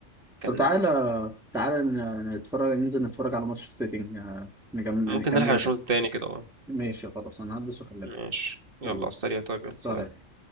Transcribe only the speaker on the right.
كان
ممكن
نلحق الشوط
التاني كده اه
ماشي يلا
على السريع طيب
يلا سلام